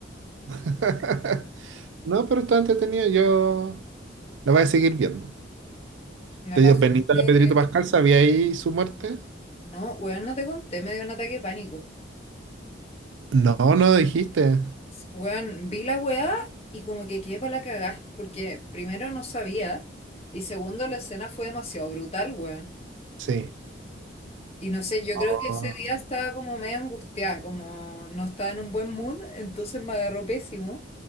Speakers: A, on the right; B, on the left.
A: <laughs> No, pero está entretenido, yo la voy a seguir viendo.
B: <laughs> Me
A: ¿Te
B: pasó
A: dio penita
B: que,
A: a Pedrito Pascal? ¿Sabía ahí su muerte?
B: no, weón, no te conté, me dio un ataque de pánico.
A: No, no dijiste.
B: Weón, vi la weá y como que quedé para la cagá, porque primero no sabía y segundo la escena fue demasiado brutal, weón.
A: Sí.
B: Y no sé, yo
A: Oh,
B: creo que ese día estaba como medio angustiada, como no estaba en un buen mood, entonces me agarró pésimo